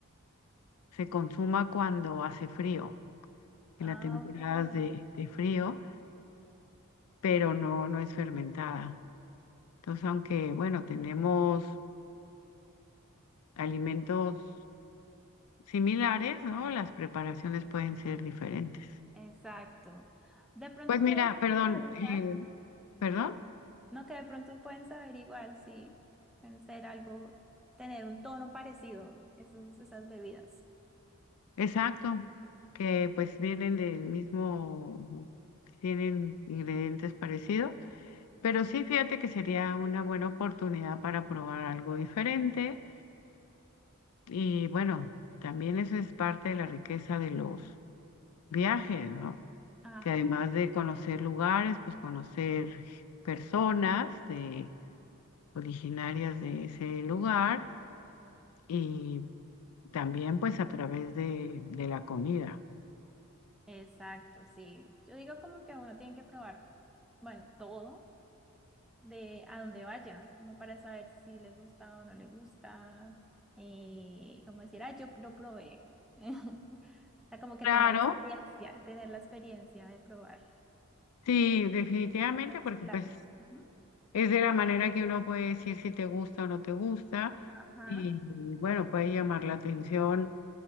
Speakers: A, on the left; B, in the centre.
A: se consuma cuando hace frío, en
B: Ah,
A: las temporadas
B: ok.
A: de, de frío, pero no, no es fermentada. Entonces, aunque, bueno, tenemos alimentos similares, ¿no? Las preparaciones pueden ser diferentes.
B: Exacto. De pronto
A: Pues mira,
B: pueden
A: perdón,
B: saber igual.
A: eh, perdón,
B: No, que de pronto pueden saber igual, sí. Pueden ser algo, tener un tono parecido, esas, esas bebidas.
A: exacto, que pues vienen del mismo, tienen ingredientes parecidos Pero sí, fíjate que sería una buena oportunidad para probar algo diferente. Y bueno, también eso es parte de la riqueza de los viajes, ¿no?
B: Ajá.
A: Que además de conocer lugares, pues conocer personas de, originarias de ese lugar y también pues a través de, de la comida.
B: Exacto, sí. Yo digo como que uno tiene que probar, bueno, todo. de a dónde vaya, como para saber si le gusta o no le gusta, eh, como decir, ah, yo lo probé. <laughs> O sea, como que
A: Claro,
B: tenga la experiencia, tener la experiencia de probar
A: sí, definitivamente,
B: nuevos
A: porque
B: platos.
A: pues
B: Ujú.
A: Es de la manera que uno puede decir si te gusta o no te gusta
B: Ajá,
A: y bueno, puede llamar la atención